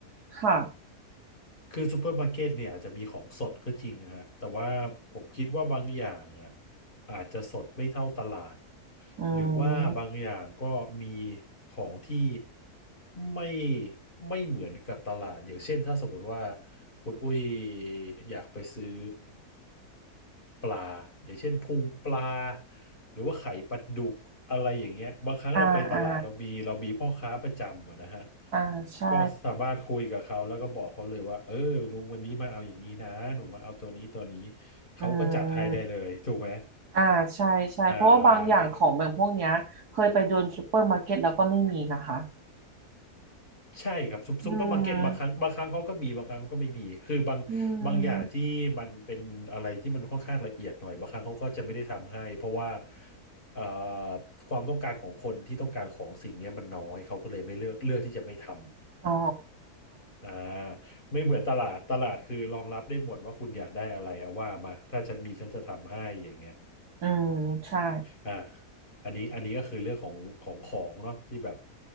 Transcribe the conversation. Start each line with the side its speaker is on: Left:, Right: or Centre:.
Right: ค่ะ
Left: คือซูเปอร์มาร์เก็ตเนี่ยอาจจะมีของสดก็จริงฮะแต่ว่าผมคิดว่าบางอย่างอ่ะอาจจะสดไม่เท่าตลาด
Right: อื
Left: หรือว่าบางอย่างก็มี
Right: ม
Left: ของที่ไม่ไม่เหมือนกับตลาดอย่างเช่นถ้าสมมติว่าคุณอุ้ยอยากไปซื้อ ปลาอย่างเช่นพุงปลา หรือว่าไข่ปลาดุกอะไรอย่างเงี้ยบางครั้งเราไปตลาดเรามีเรามีพ่อค้าประจำอะนะฮะ
Right: อ่าอ่าอ่าใช่
Left: ก็สามารถคุยกับเขาแล้วก็บอกเขาเลยว่าเออลุงวันนี้มาเอาอย่างนี้นะหนูมาเอาตัวนี้ตัวนี้เขาก็จัดให้ได้เลยถูกไหม
Right: อืมอ่าใช่ใช่เพราะว่าบางอย่างของแบบพวกเนี้ยเคยไปเดินซูเปอร์มาร์เก็ตแล้วก็ไม่มีนะคะ
Left: อ่า ใช่ครับซุปซุปเปอร์มาร์เก็ตบางครั้งบางครั้งเขาก็มีบางครั้งเขาก็ไม่มีคือบางบางอย่างที่มันเป็นอะไรที่มันค่อนข้างละเอียดหน่อยบางครั้งเขาก็จะไม่ได้ทำให้เพราะว่า
Right: อืมอืม
Left: เอ่อความต้องการของคนที่ต้องการของสิ่งเนี้ยมันน้อยเขาก็เลยไม่เลือกเลือกที่จะไม่ทำ
Right: อ๋อ
Left: อ่าไม่เหมือนตลาดตลาดคือรองรับได้หมดว่าคุณอยากได้อะไรเอาว่ามาถ้าฉันมีฉันจะทำให้อย่างเงี้ย
Right: อืมใช่
Left: อ่าอันนี้อันนี้ก็คือเรื่องของของของเนาะที่แบบ